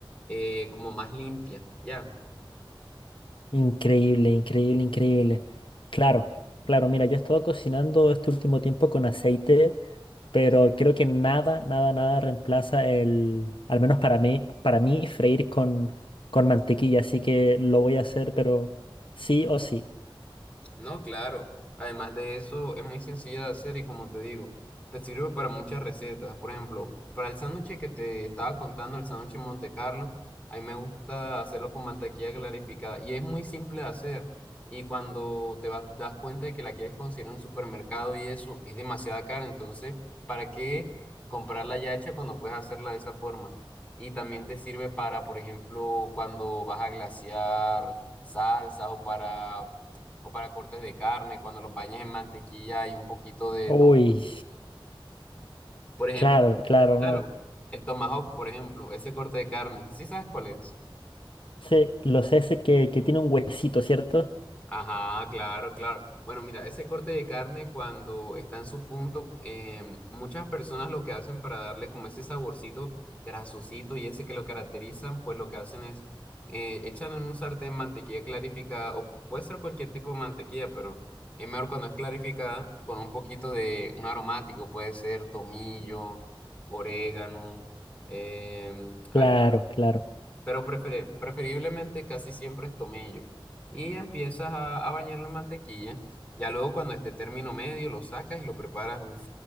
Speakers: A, on the left (about 15°); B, on the left (about 65°).
A: eh, como más limpia, ¿ya?
B: Increíble, increíble, increíble. Claro, claro, mira, yo he estado cocinando este último tiempo con aceite, pero creo que nada, nada, nada reemplaza el, al menos para mí, para mí, freír con, con mantequilla, así que lo voy a hacer, pero sí o sí.
A: No, claro. Además de eso, es muy sencilla de hacer y como te digo, te sirve para muchas recetas. Por ejemplo, para el sándwich que te estaba contando, el sándwich en Monte Carlo, a mí me gusta hacerlo con mantequilla clarificada y es muy simple de hacer. Y cuando te vas, das cuenta de que la quieres conseguir en un supermercado y eso, es demasiada cara. Entonces, ¿para qué comprarla ya hecha cuando puedes hacerla de esa forma? Y también te sirve para, por ejemplo, cuando vas a glasear salsas o para o para cortes de carne, cuando los bañas en mantequilla y un poquito de
B: Uy,
A: tom- Por ejemplo,
B: claro, claro, no.
A: claro, el tomahawk, por ejemplo, ese corte de carne, ¿sí sabes cuál es?
B: Sí, los ese que, que tiene un huesito, ¿cierto?
A: Ajá, claro, claro. Bueno, mira, ese corte de carne cuando está en su punto, em, muchas personas lo que hacen para darle como ese saborcito grasosito y ese que lo caracterizan, pues lo que hacen es eh, echan en un sartén mantequilla clarificada o puede ser cualquier tipo de mantequilla, pero es mejor cuando es clarificada con un poquito de un aromático, puede ser tomillo, orégano, em, albahaca
B: Claro, claro.
A: pero prefere- preferiblemente casi siempre es tomillo. Y empiezas a, a bañarlo en mantequilla. Ya luego cuando esté término medio lo sacas y lo preparas. Uf.